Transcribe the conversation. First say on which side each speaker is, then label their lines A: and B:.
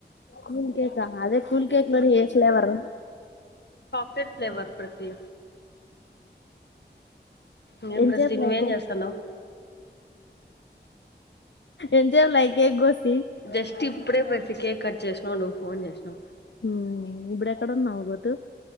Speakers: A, on the left; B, on the left.
A: కూల్ కేక్ ఆ అదే కూల్ కేక్ లోనే ఎద్ ఫ్లేవర్
B: పెట్ ఫ్లేవర్ ప్రతి ఇంకేం
A: ఎంతసేపు
B: ప్రెసీ నువ్వేం
A: లైకు
B: చేస్తన్నావ్
A: ఎంతసేపు లై కేక్ కోసి
B: జస్ట్ ఇప్పుడే ప ఇటి కేేక్ కట్ చేస్నావు నువు ఫోన్ చేసినావు
A: మ్మ్ ఇబుడేక్కడున్నవ్ గోతు